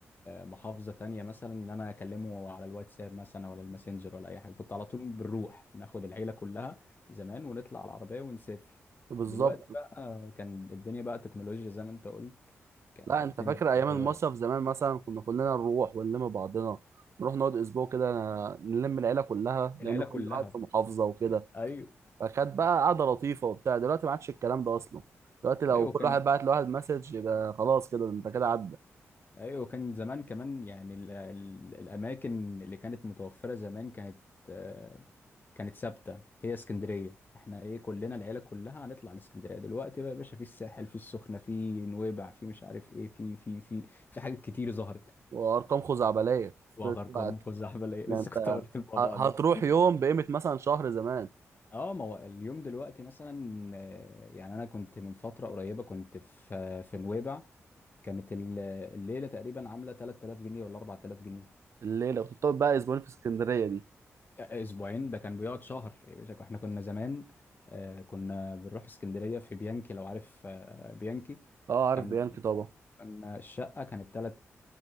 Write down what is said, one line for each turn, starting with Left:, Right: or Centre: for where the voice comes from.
Left: محافظة تانية مثلا ان انا اكلمه على الواتساب مثلا ولا الماسنجر ولا اي حاجة كنت على طول بنروح بناخد العيلة كلها زمان ونطلع على العربية ونسافر
Right: بالظبط
Left: دلوقتي بقى كان الدنيا بقى تكنولوجيا زي ما انت قلت ك- الدنيا
Right: لا انت فاكر
Left: بقى
Right: ايام
Left: اتغيرت
Right: المصيف زمان مثلا كنا كلنا نروح ونلم بعضنا نروح نقعد اسبوع كده نلم العيله كلها لان
Left: العيله
Right: كل
Left: كلها
Right: واحد في محافظه وكده
Left: ايوه
Right: فكانت بقى قعده لطيفه وبتاع دلوقتي ما عادش الكلام ده اصلا دلوقتي لو
Left: ايوه
Right: كل
Left: كان
Right: واحد بعت لواحد مسج يبقى خلاص كده انت كده عدى
Left: ايوه كان زمان كمان يعني ال ال الاماكن اللي كانت متوفره زمان كانت آه، كانت ثابته هي اسكندريه احنا ايه كلنا العيله كلها هنطلع الاسكندريه دلوقتي بقى يا باشا في الساحل في السخنه في نويبع في مش عارف ايه في في في في حاجات كتير ظهرت
Right: وارقام خزعبليه
Left: وغرقان
Right: بتاعت-
Left: مخ احبل ايه
Right: ده
Left: <laughs> لسه
Right: انت
Left: كنت هقول لك الموضوع
Right: ه-
Left: ده
Right: هتروح يوم بقيمه مثلا شهر زمان
Left: اه ما هو اليوم دلوقتي مثلا آه، يعني انا كنت من فتره قريبه كنت في في نويبع كانت ال- الليله تقريبا عامله 3000 جنيه ولا 4000 جنيه
Right: الليله كنت بتقعد بقى اسبوعين في اسكندريه دي
Left: آه، اسبوعين ده كان بيقعد شهر يا باشا احنا كنا زمان آه، كنا بنروح اسكندريه في بيانكي لو عارف آه، بيانكي
Right: اه عارف
Left: كان
Right: بيانكي طبعا
Left: كان الشقه كانت ثلاث